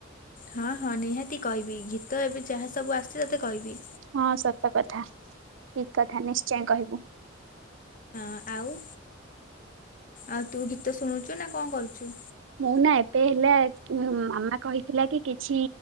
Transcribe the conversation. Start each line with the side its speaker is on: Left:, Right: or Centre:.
Left: ହଁ ହଁ ନିହାତି କହିବି ଗୀତ ଏବେ ଯାହା ସବୁ ଆସିଛି ତତେ କହିବି।
Right: ହଁ ସତ କଥା ଠିକ କଥା ନିଶ୍ଚୟ କହିବୁ।
Left: ଆ ଆଉ। ଆଉ ତୁ ଗୀତ ଶୁଣୁଛୁ ନା କଣ କରୁଚୁ?
Right: ମୁଁ ନା ଏବେ ହେଲା ମାମା କହିଥିଲା କି କିଛି